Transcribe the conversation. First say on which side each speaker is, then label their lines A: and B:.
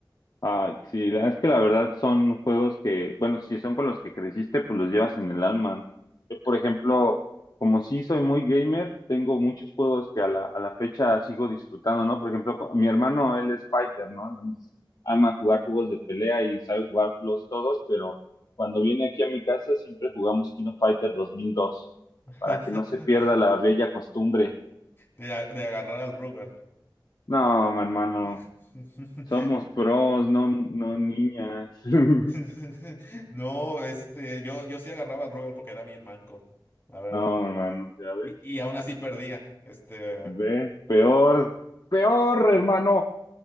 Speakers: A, on the left; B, on the left.
A: Ah, sí, la- es que la verdad son juegos que, bueno, si son con los que creciste, pues los llevas en el alma, ¿no? Yo, por ejemplo, como sí soy muy gamer, tengo muchos juegos que a la, a la fecha sigo disfrutando, ¿no? Por ejemplo, co- mi hermano, él es fighter, ¿no? Entonces, ama jugar juegos de pelea y sabe jugarlos todos, pero cuando viene aquí a mi casa siempre jugamos King of Fighter 2002,
B: <laughs>
A: para que no se pierda la bella costumbre.
B: De, a- de agarrar al Rugal.
A: No, mi hermano,
B: <laughs>
A: somos pros, no, no niñas. <laughs>
B: <laughs> No, este, yo, yo sí agarraba al Rugal porque era bien manco, la verdad.
A: No, <laughs> hermano, ya ves,
B: Y, y aún así perdía. Este.
A: ves, peor, peor, hermano,